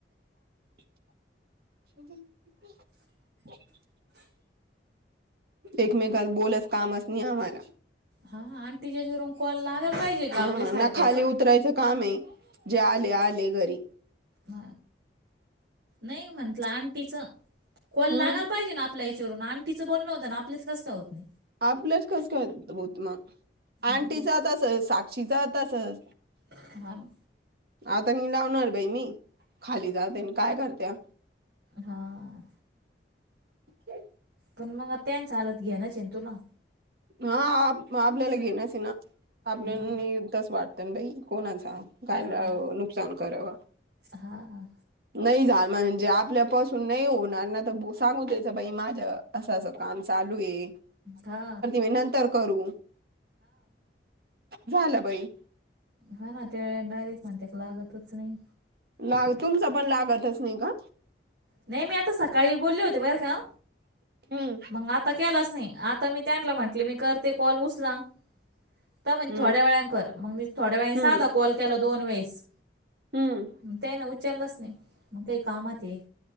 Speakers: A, on the right; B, on the right.
A: <unintelligible> <inaudible> एकमेकात बोलस कामच नाही आम्हाला.
B: हा आणि तीच्या ह्याच्यावरून कॉल लागाला पाहिजे ग आपल्यासारख्याच.
A: ह ना खाली उतरायचं काम आहे जे आले आले घरी
B: ह नाही म्हटलं आन्टी च कॉल
A: हम्म
B: लागायला पाहिजे ना आप आपल्याला ह्याच्या वरून आंटी चं बोलणं होत ना आपल्याच कंस काय होत नाही.
A: आपलंच कसं काय होत म आंटीचा
B: हं,
A: तसचं साक्षीचा तसचं
B: हा नं
A: आता मी लावणार बाई नयी खाली जाते ना काय करत्या.
B: हां,
A: अ
B: पण मग त्यांच हलत घेनच हाय ना तूला
A: हा आप आपल्याला घेण चं ये ना आपल्या
B: हां,
A: नई तसं वाटतय नं बाई कोणाचा कायला
B: हां,
A: नुकसान कराव
B: हां,
A: नई झाल म्हणजे आपल्यापासून नई होणार ना त सांगू द्यायचं बाई माझ्या असं असं काम चालू ये.
B: हा
A: नंतर करू झालं बाई
B: हा ना त्या डायरेक्ट म्हणत्या का लागतच नाई.
A: लाग तुमचं पण लागतच नाही का?
B: नाही मी आता सकाळी बोलले होते बरं का
A: हम्म
B: मग आता केलाच नाही आता मी त्यांना म्हटले मी करते कॉल उचला. तर म्हणे
A: हम्म
B: थोड्या वेळा कर मग मी थोड्या वेळा सांधा
A: हम्म
B: कॉल केला दोन वेळेस
A: हम्म
B: त्यानं उचललंच नाय मग काही कामात ये.